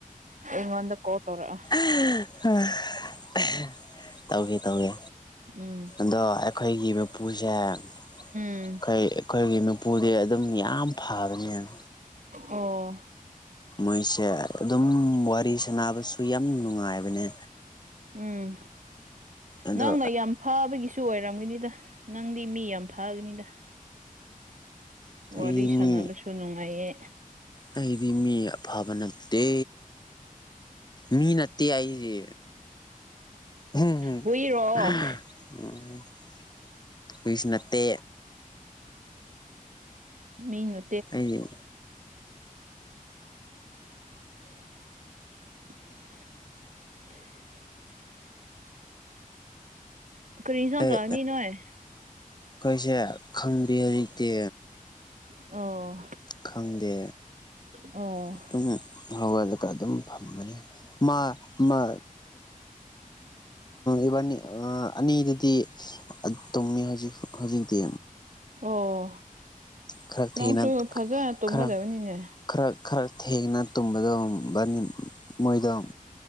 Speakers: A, on the right (about 60°); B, on the left (about 30°).
A: ꯑꯩꯉꯣꯟꯗ ꯀꯣꯜ ꯇꯎꯔꯛꯑꯣ
B: <unintelligible> ꯇꯧꯒꯦ-ꯇꯧꯒꯦ
A: ꯎꯝ
B: ꯑꯗꯣ ꯑꯩꯈꯣꯏꯒꯤ ꯃꯄꯨꯁꯦ ꯑꯩꯈꯣꯏ
A: ꯎꯝ
B: ꯑꯩꯈꯣꯏꯒꯤ ꯃꯄꯨꯗꯤ ꯑꯗꯨꯝ ꯌꯥꯝ ꯐꯕꯅꯦꯅ
A: ꯑꯣ
B: ꯃꯣꯏꯁꯦ ꯑꯗꯨꯝ ꯋꯥꯔꯤ ꯁꯥꯟꯅꯕꯁꯨ ꯌꯥꯝ ꯅꯨꯡꯉꯥꯏꯕꯅꯦ
A: ꯎꯝ
B: ꯑꯗꯣ
A: ꯅꯪꯅ ꯌꯥꯝ ꯐꯥꯕꯒꯤꯁꯨ ꯑꯣꯏꯔꯝꯒꯅꯤꯗ ꯅꯪꯗꯤ ꯃꯤ ꯌꯥꯝ ꯐꯥꯒꯅꯤꯗ
B: ꯑꯩ
A: ꯋꯥꯔꯤ ꯁꯥꯟꯅꯕꯁꯨ
B: ꯃꯤ
A: ꯅꯨꯡꯉꯥꯏꯌꯦ
B: ꯑꯩꯗꯤ ꯃꯤ ꯑꯐꯕ ꯅꯠꯇꯦ ꯃꯤ ꯅꯠꯇ ꯑꯩꯗꯤ <unintelligible>
A: ꯍꯨꯏꯔꯣ
B: ꯍꯨꯏꯁꯨ ꯅꯠꯇꯦ
A: ꯃꯤꯅ
B: ꯑꯩ
A: <inaudible> ꯀ꯭ꯔꯤ ꯏꯟꯁꯥꯡ
B: ꯑꯦ
A: ꯆꯥꯅꯤ ꯅꯣꯏ
B: ꯑꯩꯈꯣꯏꯁꯦ ꯈꯪꯗ꯭ꯔꯤ ꯍꯧꯖꯤꯛꯇꯤ
A: ꯑꯣ
B: ꯈꯪꯗꯦ
A: ꯑꯣ
B: ꯑꯗꯨꯝ ꯍꯧꯒꯜꯂꯒ ꯑꯗꯨꯝ ꯐꯝꯕꯅꯤ ꯃꯥ ꯃ ꯏꯕꯥꯟꯅꯤ ꯑꯅꯤꯗꯨꯗꯤ ꯇꯨꯝꯃꯤ ꯍꯧꯖꯤꯛ ꯍꯧꯖꯤꯛꯇꯤ
A: ꯑꯣ
B: ꯈꯔ
A: ꯅꯪꯁꯨ
B: ꯊꯦꯡꯅ
A: ꯐꯖ ꯇꯨꯝꯒꯗꯕꯅꯤꯅꯦ
B: ꯈꯔ ꯈꯔ ꯈꯔ ꯊꯦꯡꯅ ꯇꯨꯝꯕꯗꯣ ꯕꯟ ꯃꯣꯏꯗꯣ